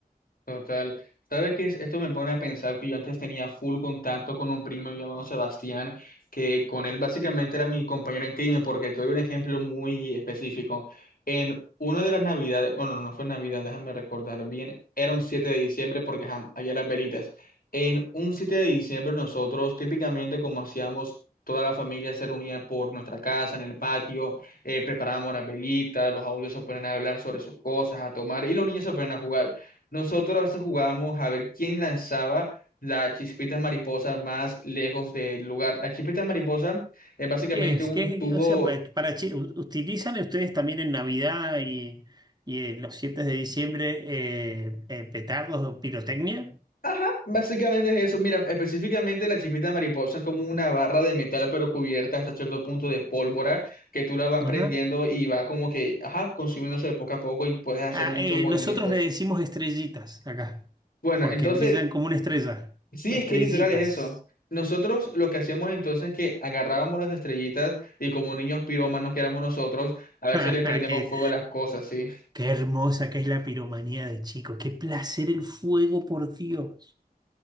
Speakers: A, on the left (about 65°); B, on the right (about 25°).
A: Total. ¿Sabes qué? es? Esto me pone a pensar que yo antes tenía full contacto con un primo llamado Sebastián, que con él básicamente era mi compañero en crimen, porque te doy un ejemplo muy específico. En una de las navidades, bueno, no no fue Navidad, déjame recordar bien, era un 7 de diciembre porque ajá, había las velitas. En un 7 de diciembre nosotros típicamente como hacíamos... Toda la familia se reunía por nuestra casa, en el patio, eh, preparábamos las velitas, los adultos se ponían a hablar sobre sus cosas, a tomar, y los niños se ponían a jugar. Nosotros a veces jugábamos a ver quién lanzaba la chispita mariposa más lejos del lugar. La chispita mariposa es básicamente
B: ¿Qué es?
A: un
B: ¿Qué,
A: tubo.
B: qué- o sea, pa- para, che- u- ¿utilizan ustedes también en Navidad y, y en los 7 de diciembre eh, eh, petardos o pirotecnia?
A: Ajá, básicamente es eso. Mira, específicamente la chispita mariposa es como una barra de metal, pero cubierta hasta cierto punto de pólvora, que tú la vas prendiendo
B: Ajá.
A: y va como que, ajá, consumiéndose poco a poco y puedes hacer
B: Ah,
A: muchos
B: eh,
A: movimientos.
B: nosotros le decimos estrellitas acá,
A: Bueno,
B: porque
A: entonces
B: brillan como una estrella.
A: Sí,
B: Estrellitas.
A: es que literal es eso. Nosotros lo que hacíamos entonces es que agarrábamos las estrellitas y como niños pirómanos que éramos nosotros, a veces
B: <laughs>
A: le prendíamos
B: Qué,
A: fuego a las cosas, ¿sí?
B: qué hermosa que es la piromanía de chicos. Qué placer el fuego, por Dios.